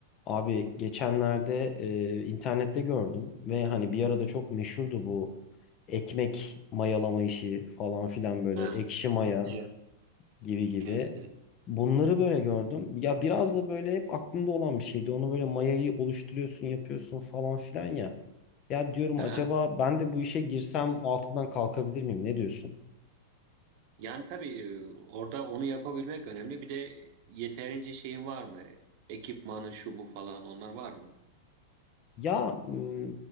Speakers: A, on the left; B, on the right.
A: Abi geçenlerde e, internette gördüm ve hani bir arada çok meşhurdu bu ekmek mayalama işi falan filan böyle
B: Ha,
A: ekşi maya
B: evet,
A: gibi gibi.
B: evet, evet.
A: Bunları böyle gördüm. Ya biraz da böyle hep aklımda olan bir şeydi. Onu böyle mayayı oluşturuyorsun, yapıyorsun falan filan ya. Ya diyorum
B: Aha.
A: acaba ben de bu işe girsem altından kalkabilir miyim? Ne diyorsun?
B: Yani tabii e, orada onu yapabilmek önemli. Bir de yeterince şeyin var mı? Ekipmanın şu bu falan onlar var mı?
A: Ya m,